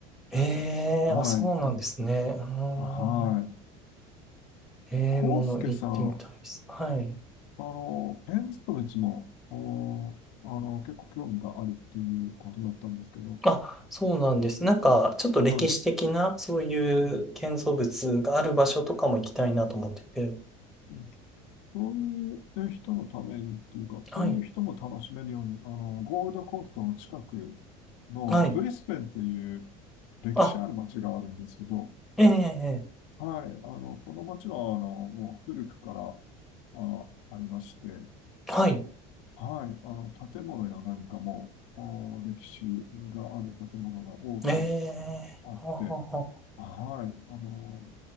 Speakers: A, in the centre; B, on the left.
A: え
B: はい。
A: え、あ、そうなんですね。
B: うん
A: うーん
B: はい。
A: ええ、
B: コウスケさん、
A: もの行ってみたいです。はい。
B: あの、建築物も、おあの、結構興味があるっていうことだったんですけど、
A: あ、そうなんです。なんか、ちょっと歴史的な、
B: はい。
A: そうい
B: うん
A: う建造物がある場所とかも行きたいなと思ってて。
B: うんそういう人のためにっていうか、そういう人も楽しめるように、
A: はい。
B: あの、ゴールドコーストの近くのブリスベンっていう
A: はい。
B: 歴史ある街があるんですけど、
A: あ、ええ、え
B: はい。あの、この街は、あの、もう古くから、あ、ありまして、
A: えはい。
B: はい。あの、建物や何かも、あ歴史がある建物が多く
A: ええ、
B: あって、
A: ははは。
B: はい。あの、